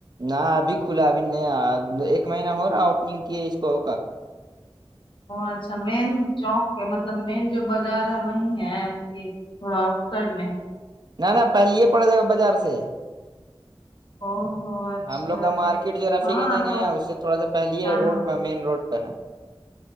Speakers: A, on the right; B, on the left.
A: نہ ابھی کھلا ابھی نہیں ایک مہینہ ہو رہا اوپننگ کی اس کو کا
B: اچھا مین چوک پہ مطلب مین جو بازار ہے وہی ہے کہ تھوڑا آؤٹ سائڈ میں ہے
A: نہ نہ پہل ہی پڑ جائے گا بازار سے
B: او ہو اچھا
A: ہم لوگ کا مارکیٹ جو رفی
B: ہاں
A: گنجن
B: تو
A: ہے اس سے تھوڑا سا پہل ہے
B: ہاں ہاں
A: روڈ میں مین روڈ ساں